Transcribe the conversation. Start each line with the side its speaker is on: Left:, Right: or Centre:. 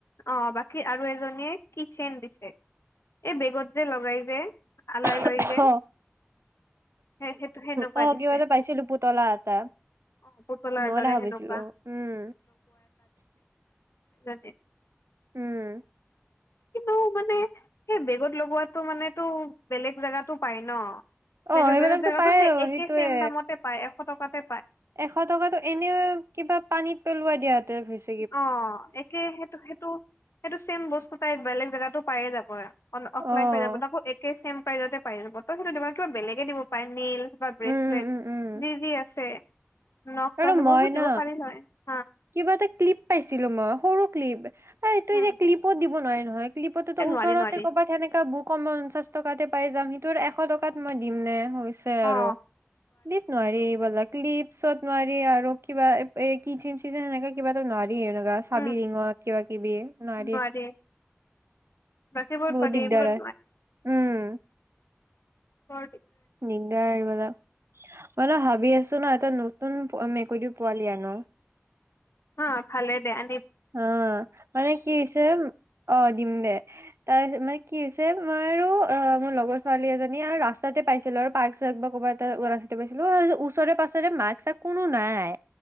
Left: অ বাকী আৰু এজনী কি চেন দিছে এই বেগত যে লগাই যে আলাই
Right: আহ
Left: লৈ যে সেই সেইটো সেনেকুৱা
Right: আহ
Left: দিছে
Right: কিবা এটা পাইছিলো পুতলা এটা
Left: অ পুতলাৰ
Right: মই
Left: দৰে
Right: ন ভাবিছিলো
Left: সেনেকুৱা
Right: অ উম
Left: যদিও
Right: উম
Left: কিন্তু মানে সেই বেগত লগোৱাটো মানেতটো বেলেগ জেগাতো পায় ন
Right: অ',
Left: বেগৰ
Right: সেইবিলাকতো
Left: বেগৰ জেগাতো
Right: পায়ে
Left: সেই একেই
Right: সেইটোয়ে,
Left: চেম দামতে পায় পলকতে
Right: এশ টকাাতটো এনে কিবা পানীত পেলাই দিয়া হতেৰিছ
Left: অ একে সেইটো সেইটো সেইটো চেম বস্তু তাই বেলেগ জেগাত পায়ে যাব আৰু অফলাইন
Right: অ',
Left: প যাব নৌ একে চেম পাৰিতে পাইিল বতৰ সেইটো দিবা কিবা বেলেগে দিব পাই নিল ব্ৰেচলেট
Right: উম, উম, উম, উম।
Left: যি যি আছে নখ
Right: আৰু
Left: চখ সেইবোৰো
Right: মই না
Left: দিব পাৰি হয়হয়
Right: কিবা এটা ক্লিপ পাইছিলো মই সৰু ক্লিপ এই তই
Left: উম
Right: এ যেয়া ক্লিপত দিব নোৱাৰি নহয় ক্লপতো
Left: এ নোৱাৰি
Right: ওচৰতে
Left: নোৱাৰি
Right: ক'বাত সনেকা বুক ক পঞ্চাশ টকাতে পাই যাম সিটোৰ এশ টকাত মই দিম নে আৰু
Left: অ
Right: দিব নোৱাৰি এইবিলাক ক্লিপছত নোৱাৰি আৰু কিবা কি চেিবা ন এনেকুৱা চাবি
Left: উম
Right: ৰিঙত কিবা কিবি ন
Left: নোৱাৰি বাকীবোৰত
Right: বহুত
Left: পাৰি
Right: দিগদাৰ
Left: এইবোৰত
Right: হয় উম
Left: হয়
Right: নিদা আৰুিবালা মই ন ভাবি আছো ন এটা নতুন মেকুৰীৰ পোৱালি আনো
Left: হা ভালে দে আ
Right: অ মানে কি হৈছে অ দিম দে তাৰপিছত মানে কি হৈছে মই আৰু অ মোৰ লগৰ ছোৱালী এজনী আৰু ৰাসাতে পাইছিলো আৰু পাক্ক চ বা ক'বাত এটা ৰাস্তাতে পাইছিলো আৰু ওচৰে পাছৰে মাক্ক চ কোনো নাই